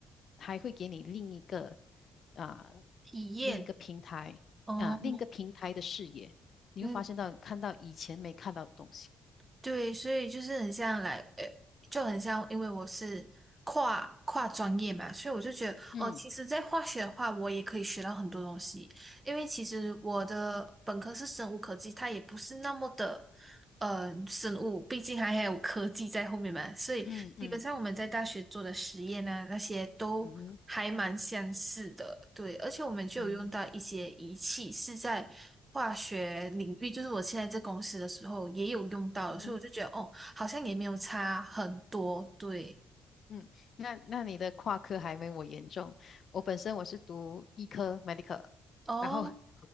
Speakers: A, on the left; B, on the right.
A: 还会给你另一个啊、
B: 体验，
A: 另一个平台啊、
B: 哦，
A: 另一个平台的视野，你会发现到看到以前没看到的东西。
B: 嗯，对，所以就是很像来，呃，就很像，因为我是跨跨专业嘛，所以我就觉得，
A: 嗯
B: 哦，其实，在化学的话，我也可以学到很多东西，因为其实我的本科是生物科技，它也不是那么的，呃，生物，毕竟还还有科技在后面嘛，所以基本上我们在大学做的实验呢，
A: 嗯嗯
B: 那些都还蛮相似的，
A: 嗯哼
B: 对，而且我们就有用到一些仪器，
A: 嗯哼
B: 是在化学领域，就是我现在在公司的时候也有用到的所以我就觉得哦，
A: 嗯哼。
B: 好像也没有差很多，对，
A: 嗯，那那你的跨科还没我严重。我本身我是读医科 medical，
B: 哦，
A: 然后 <laughs>